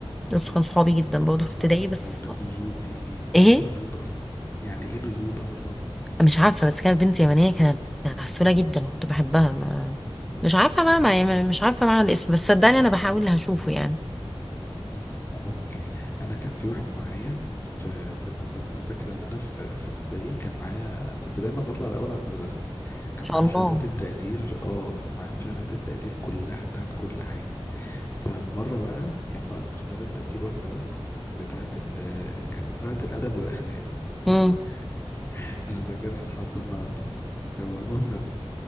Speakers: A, in the centre; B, on the left.
A: دول كانوا صحابي جدا برضه
B: اسمائهم
A: في ابتدائي بس
B: ن- ن- نجود دي يعني
A: ايه
B: ايه نجود اصلا يعني ايه نجود اصلا
A: مش عارفة بس كانت بنت يمنية كانت كانت عسولة جدا وكنت بحبها ما مش عارفة بقى ما يعني مش عارفة معنى الاسم بس صدقني انا بحاول هشوفه يعني ان
B: اوكي انا كان في واحد معايا في في المدرسه انا فاكر ان انا في في ابتدائي كان معايا كنت دايما بطلع الاول على المدرسه كان
A: شاء
B: معايا
A: الله
B: شهادات التقدير اه كان معايا شهادات التقدير كلها بتاعت كل حاجه ففي مرة بقى كان ناقص شهادة تقدير واحدة بس بتاعة ال كان بتاعة الأدب والأخلاق تمام؟
A: امم ان
B: أنا فاكرها لحد النهاردة المهم ف...